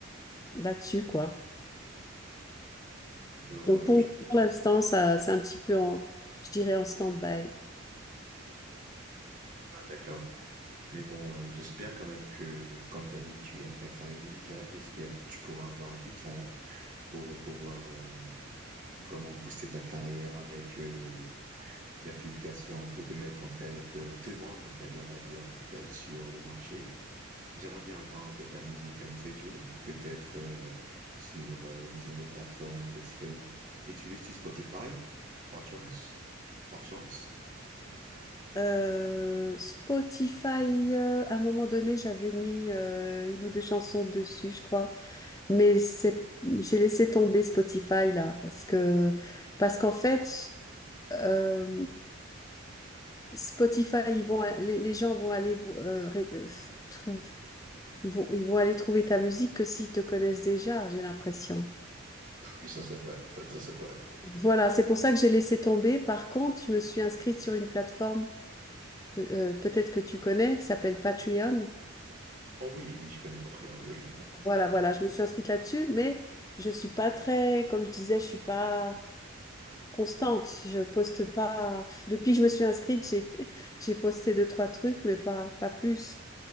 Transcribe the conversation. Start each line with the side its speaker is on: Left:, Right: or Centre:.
Left: là-dessus, quoi.
Right: Alors,
Left: Donc
Right: euh,
Left: pour,
Right: je-
Left: pour l'instant, ça, c'est un petit peu en, je dirais en stand-by.
Right: Ah, d'accord. Mais bon, euh, j'espère quand même que, comme tu as dit, tu aimes ta carrière musicale. J'espère que tu pourras avoir du temps pour euh, pouvoir euh, vraiment booster ta carrière avec euh, la publication pour te mettre en fait, euh, te vendre en fait là-bas dehors en fait sur le marché. J'aimerais bien entendre ta musique un de ces jours, peut-être euh, sur, euh, disons, des plateformes de stream. Et tu l'utilises Spotify, par chance? Par chance?
Left: Euh, Spotify, euh, à un moment donné, j'avais mis euh, une ou deux chansons dessus, je crois, mais c'est, j'ai laissé tomber Spotify là parce que, parce qu'en fait, euh, Spotify, ils vont, les, les gens vont aller euh, ré- euh, trou- Ils vont, ils vont aller trouver ta musique que s'ils te connaissent déjà, j'ai l'impression.
Right: Ah oui, ça c'est vrai, en fait, ça c'est vrai.
Left: Voilà, c'est pour ça que j'ai laissé tomber. Par contre, je me suis inscrite sur une plateforme, euh, peut-être que tu connais, qui s'appelle Patreon.
Right: Oh oui, oui, je connais Patreon, oui.
Left: Voilà, voilà, je me suis inscrite là-dessus, mais je suis pas très, comme je disais, je suis pas constante. Je poste pas. Depuis que je me suis inscrite, j'ai, <laughs> j'ai posté deux, trois trucs, mais pas, pas plus.